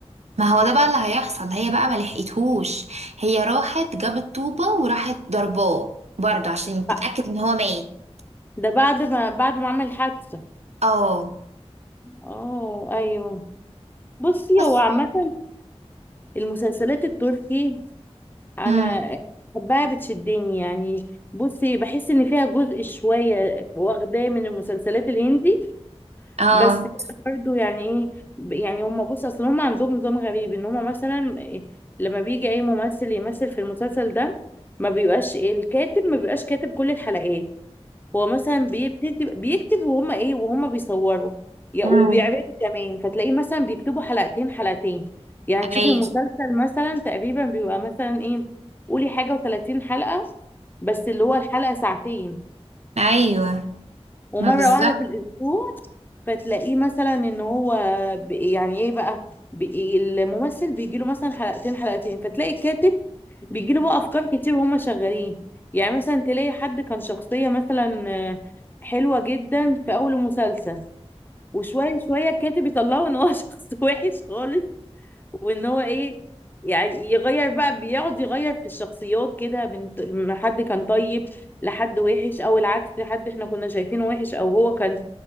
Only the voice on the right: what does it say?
ما هو ده بقى اللي هيحصل هي بقى ما لحقتهوش هي راحت جابت طوبة وراحت ضرباه برضه عشان تتأكد
ان هو ميت
اه
بس
امم
اه
امم
ايوه
ايوه
ما بالظبط